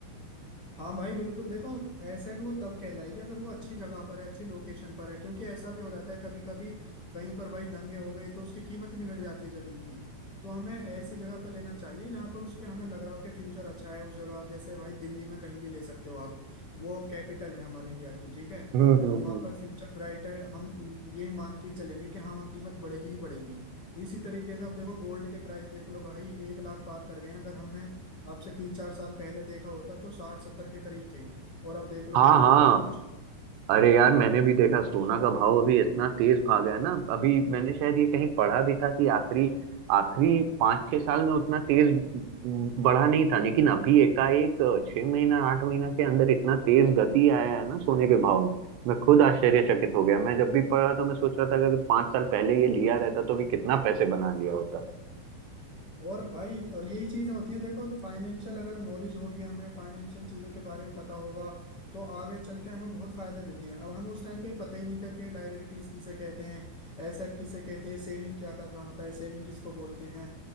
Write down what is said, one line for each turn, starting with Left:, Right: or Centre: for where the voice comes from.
Left: हाँ भाई बिल्कुल देखो एसेट वो तब कहलाएगी अगर वो अच्छी जगह पर है अच्छी लोकेशन पर है क्योंकि ऐसा भी हो जाता है कभी कभी कहीं पर भाई दंगे हो गए तो उसकी कीमत भी घट जाती है जमीन की तो हमें ऐसी जगह पर लेना चाहिए जहाँ पर उसके हमें लग रहा हो कि फ्यूचर अच्छा है उस जगह जैसे भाई दिल्ली में कहीं भी ले सकते हो आप वो कैपिटल है हमारी इंडिया की ठीक है
Right: हम्म हम्म
Left: तो वहाँ
Right: हम्म
Left: पर फ्यूचर ब्राइट है हम यही मान के ही चलेंगे कि हाँ वहाँ कीमत बढ़ेगी ही बढ़ेगी इसी तरीके से आप देखो गोल्ड के प्राइस देख लो भाई एक लाख पार कर गए हैं अगर हमने आपसे तीन चार साल पहले देखा होता तो साठ सत्तर के करीब थे और अब देख लो
Right: हाँ
Left: भाई
Right: हाँ
Left: कहाँ पर पहुंच
Right: अरे यार मैंने भी देखा सोना का भाव अभी इतना तेज भागा है ना अभी मैंने शायद ये कहीं पढ़ा भी था कि आखिरी आखिरी पाँच छह साल में उतना तेज बढ़ा नहीं था लेकिन अभी एकाएक छह महीना आठ महीना के अंदर इतना तेज गति आया है ना सोने के भाव में मैं खुद आश्चर्यचकित हो गया मैं जब भी पढ़ रहा था मैं सोच रहा था कि अगर पाँच साल पहले ये लिया रहता तो भी कितना पैसे बना लिया होता
Left: और भाई और यही चीजें होती हैं देखो फाइनेंशियल अगर नॉलेज होगी हमें फाइनेंशियल चीजों के बारे में पता होगा तो आगे चल के हमें बहुत फायदा देती है अब हमें उस टाइम पे पता ही नहीं था कि लायबिलिटीज किसे कहते हैं एसेट किसे कहते हैं सेविंग क्या करना होता है सेविंग किसको बोलते हैं